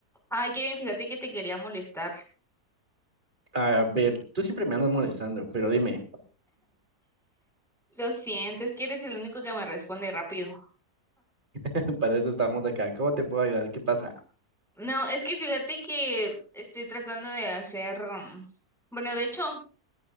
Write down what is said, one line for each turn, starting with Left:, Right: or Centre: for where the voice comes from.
Centre: Ay, Kevin, fíjate que te quería molestar.
Right: A ver, tú siempre me andas molestando, pero dime,
Centre: Lo siento, es que eres el único que me responde rápido.
Right: <laughs> para eso estamos acá. ¿Cómo te puedo ayudar? ¿Qué pasa?
Centre: No, es que fíjate que estoy tratando de hacer, mm, bueno, de hecho,